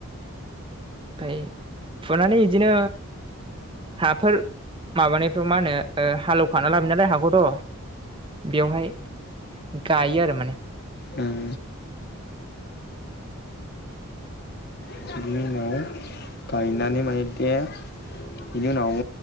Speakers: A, on the right; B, on the left.
A: फाय फुनानै इदिनो हाफोर माबानिफ्राव मा होनो ओ हालौखाना लाबो नालाय हाखौथ' बेवहाय गायो आरो माने।
B: उम। बिनि उनाव गायनानै माने दे बिनि उनाव